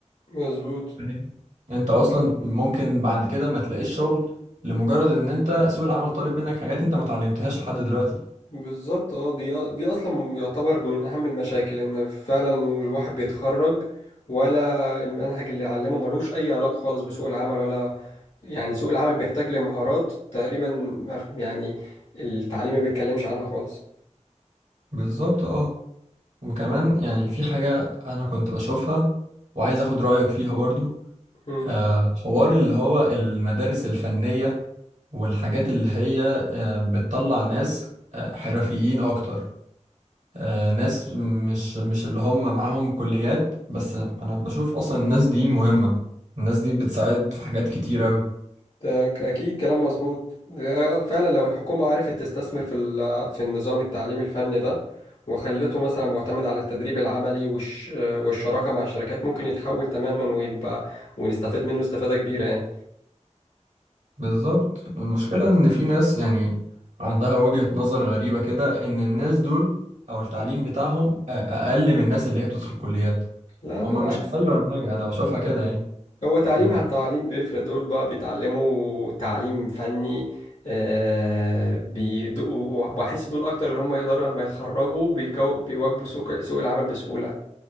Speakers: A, on the left; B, on the right.
A: مظبوط
B: فاهم؟ انت اصلا ممكن بعد كده ما تلاقيش شغل لمجرد ان انت سوق العمل طالب منك حاجات انت ما اتعلمتهاش لحد دلوقتي
A: بالظبط اه دي دي اصلا يعتبر من اهم المشاكل ان فعلا الواحد بيتخرج ولا المنهج اللي علمه ملوش اي علاقة خالص بسوق العمل ولا يعني سوق العمل بيحتاج لمهارات تقريبا ما في- يعني التعليم ما بيتكلمش عنها خالص
B: بالظبط اه وكمان يعني في حاجة أنا كنت بشوفها وعايز أخد رأيك فيها برضو
A: مم.
B: آه، حوار اللي هو المدارس الفنية والحاجات اللي هي آه، بتطلع ناس آه، حرفيين أكتر آه، ناس مش مش اللي هم معاهم كليات بس أنا بشوف أصلا الناس دي مهمة الناس دي بتساعد في حاجات كتير أوي
A: ده ك- أكيد كلام مظبوط ده فعلا لو الحكومة عرفت تستثمر في ال- في النظام التعليمي الفني ده وخلته مثلا معتمد على التدريب العملي والش والشراكة مع الشركات ممكن يتحول تماما ويبقى ونستفيد منه استفادة كبيرة يعني
B: بالظبط المشكلة إن في ناس يعني عندها وجهة نظر غريبة كده إن الناس دول أو التعليم بتاعهم أ- أقل من الناس اللي هي بتدخل كليات
A: لا بالعكس
B: هما مش أقل عن حاجة أنا بشوفها كده يعني
A: هو تعليم
B: يعني
A: عن تعليم بيفرق دول بقى بيتعلموا تعليم فني آه بيد- وبحس دول أكتر اللي هم يقدروا لما يتخرجوا بيكو... بيواجهوا سوق سوق العمل بسهولة